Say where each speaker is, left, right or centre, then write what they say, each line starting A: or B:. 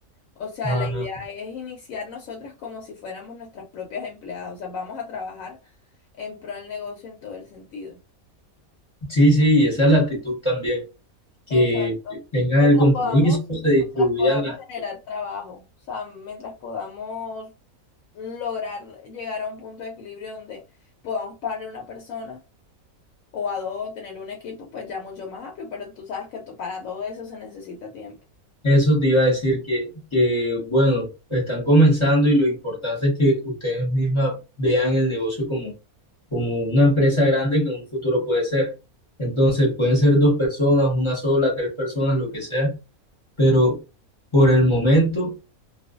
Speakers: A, on the left; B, on the left.
A: O sea,
B: Ah,
A: la idea es iniciar nosotras como si fuéramos nuestras propias empleadas, o sea, vamos a trabajar en pro del negocio en todo el sentido.
B: sí, sí, y esa es la actitud también, que
A: Exacto.
B: tengan
A: Mientras
B: el compromiso,
A: podamos,
B: se distribuyan
A: mientras podamos
B: las...
A: generar trabajo, o sea, mientras podamos lograr llegar a un punto de equilibrio donde podamos pagarle a una persona o a dos, tener un equipo pues ya mucho más amplio, pero tú sabes que to- para todo eso se necesita tiempo.
B: Eso te iba a decir que, que, bueno, están comenzando y lo importante es que ustedes mismas vean el negocio como, como una empresa grande que en un futuro puede ser. Entonces, pueden ser dos personas, una sola, tres personas, lo que sea, pero por el momento,